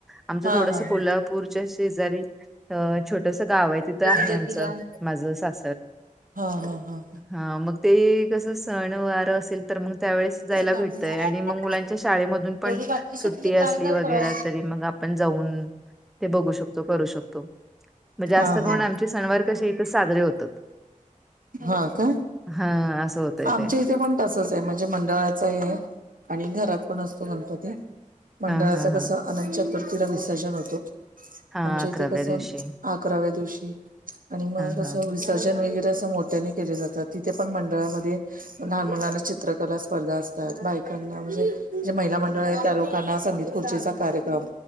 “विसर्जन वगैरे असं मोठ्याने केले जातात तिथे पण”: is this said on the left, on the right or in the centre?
Right